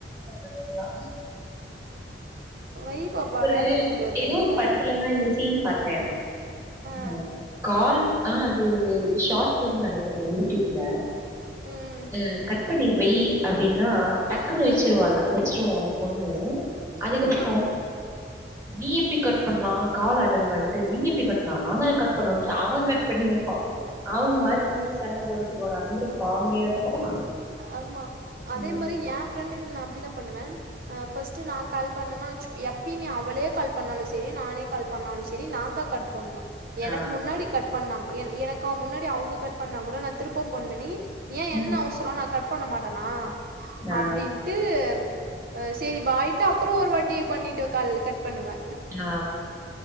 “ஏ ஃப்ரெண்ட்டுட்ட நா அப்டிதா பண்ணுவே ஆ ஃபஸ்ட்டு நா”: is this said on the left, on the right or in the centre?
Right